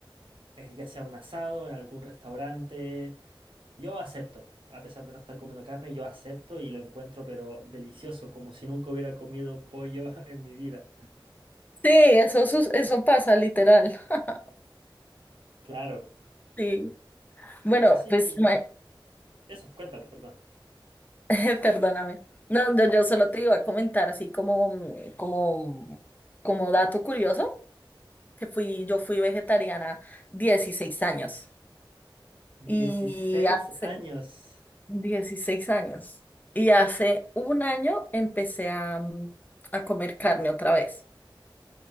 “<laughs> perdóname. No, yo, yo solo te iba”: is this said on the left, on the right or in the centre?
Left